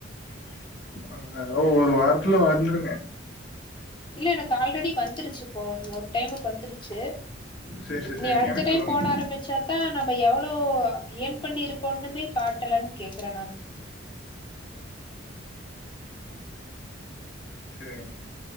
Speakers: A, on the left; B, on the left.
A: <inaudible> அ அ ஒரு வாரத்ல வந்துருங்க
B: இல்ல எனக்கு ஆல்ரெடி வந்துருச்சுபோல் ஒரு டைமுக்கு வந்துருக் சு
A: சேரி சேரி
B: நீ
A: சேரிங்க
B: அடுத்த
A: எனக்கு
B: டைம்
A: வந்துருச்சு
B: போட ஆரம்பிச்சாதா நம்ம எவ்ளோ ஏர்ன் பண்ணிருக்கோன்னுமே காட்டலன் கேக்குற நான்
A: <inaudible> சேரிங்